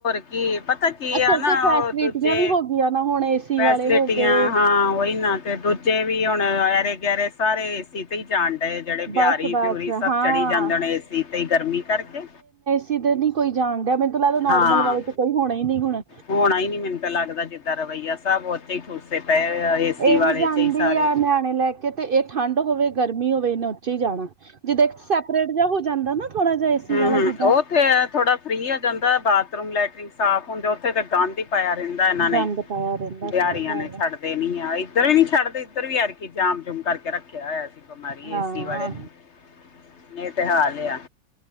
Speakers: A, on the left; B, on the right.
A: ਇਹ ਪਤਾ ਕੀ
B: ਅਸਲ
A: ਆ ਨਾ
B: 'ਚ ਫੈਸਿਲਿਟੀਆਂ
A: ਉਹ ਦੂਜੇ
B: ਵੀ ਹੋ ਗਈਆਂ ਨਾ ਹੁਣ ਏਸੀ
A: ਫੈਸਿਲਿਟੀਆਂ
B: ਵਾਲੇ ਹੋ ਗਏ
A: ਹਾਂ ਉਹੀ ਨਾ ਤੇ ਦੂਜੇ ਵੀ ਹੁਣ ਆਰੇ ਗਰੇ ਸਾਰੇ ਆਏ ਸੀ ਜਾਨ ਦੇ ਜਿਹੜੇ
B: ਬਸ
A: ਬਿਹਾਰੀ
B: ਬਸ
A: ਬਉਰੀ ਸਭ
B: ਹਾਂ
A: ਚੜੀ ਜਾਂਦੇ ਨੇ ਏ ਸੀ ਤੇ ਗਰਮੀ ਕਰਕੇ
B: ਕਿਤੇ ਨੀ ਕੋਈ ਜਾਣਦੇ ਮੈਨੂੰ ਲੱਗਦਾ ਨੋਰਮ
A: ਹਾਂ
B: ਕੋਈ ਹੋਣਾ ਹੀ ਨਹੀਂ ਹੁਣਾ
A: ਹੋਣਾ ਹੀ ਨੀ ਮੈਨੂੰ ਤਾਂ ਲੱਗਦਾ ਜਿੱਦਾਂ ਰਵੱਈਆ ਸਬ ਉਥੇ ਹੀ ਠੂਸੇ ਪਏ ਏਸੀ
B: ਇਹ
A: ਵਾਲੇ
B: ਵੀ ਜਾਂਦੀ
A: ਚ ਹੀ ਸਾਰੇ
B: ਆ ਨਿਆਣੇ ਲੈ ਕੇ ਤੇ ਇਹ ਠੰਡ ਹੋਵੇ ਗਰਮੀ ਹੋਵੇ ਇਹਨ ਉਚੇ ਹੀ ਜਾਣਾ ਜਿੱਦਾਂ ਇੱਕ ਸੈਪਰੇਟ ਜਿਹਾ ਹੋ ਜਾਂਦਾ ਨਾ ਥੋੜਾ ਜਿਹਾ ਏਸੀ
A: ਹਮ
B: ਵਾਲਾ
A: ਹਮ
B: ਜਿੱਦਾਂ
A: ਉਹਥੇ ਥੋੜਾ ਫਰੀ ਹੋ ਜਾਂਦਾ ਬਾਥਰੂਮ ਲੈਟਰੀਨ ਸਾਫ਼ ਹੁੰਦੇ ਉੱਥੇ ਤਾਂ ਗੰਦ ਹੀ ਪਾਇਆ ਰਹਿੰਦਾ ਇਹਨਾਂ ਨੇ
B: ਗੰਦ ਪਾਇਆ ਰਹਿੰਦਾ
A: ਬਿਹਾਰੀਆਂ
B: ਸਹੀ ਗੱਲ
A: ਨੇ
B: ਹੈ
A: ਛੱਡ ਨੀ ਆ ਇੱਧਰ ਵੀ ਨੀ ਛੱਡਦੇ ਇੱਧਰ ਵੀ ਆਰਕੀ ਜਾਮ ਜੁਮ ਕਰਕੇ ਰੱਖਿਆ ਹੋਇਆ ਸੀ ਬਿਮਾਰੀ
B: ਹਾਂ
A: ਏ ਸੀ ਵਾਲੇ ਨੇ ਇਹ ਤੇ ਹਾਲ ਆ